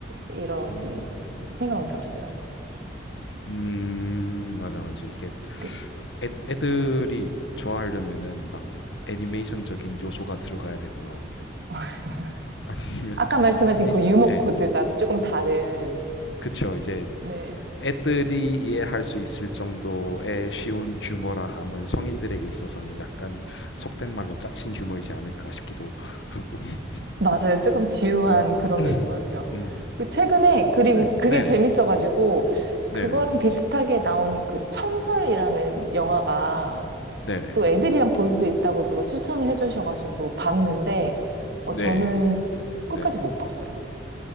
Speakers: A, on the right; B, on the left.
A: 이런
B: 음,
A: 생각은 들었어요.
B: 음, 맞아 맞아 이게
A: 네.
B: 애, 애들이 좋아하려면은 막 애니메이션적인 요소가 들어가야 되거나
A: <laughs>
B: <laughs> 아니면
A: 아까 말씀하신
B: 아니
A: 그 유머
B: 네
A: 코드가 조금 다른,
B: 그쵸 이제
A: 네,
B: 애들이 이해할 수 있을 정도의 쉬운 유머라 함은 성인들에게 있어서는 약간 속된 말로 짜친 유머이지 않을까 싶기도 하고. <laughs>
A: 맞아요. 조금 지루한
B: 네,
A: 그런 게 있는 것 같아요.
B: 음.
A: 그 최근에, 그리고
B: 네,
A: 그게
B: 네네,
A: 재밌어가지고,
B: 네네,
A: 그거랑 비슷하게 나온 그 청설이라는 영화가
B: 네네,
A: 또 애들이랑 볼 수 있다고 누가 추천을 해주셔가지고 봤는데,
B: 네,
A: 어, 저는
B: 네네.
A: 끝까지 못 봤어요.